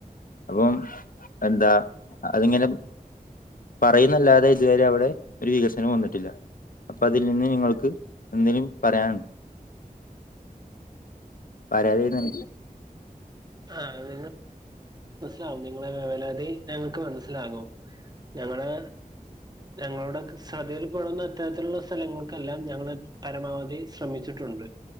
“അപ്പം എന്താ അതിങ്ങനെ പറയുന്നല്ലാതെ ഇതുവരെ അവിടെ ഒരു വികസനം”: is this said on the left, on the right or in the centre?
Left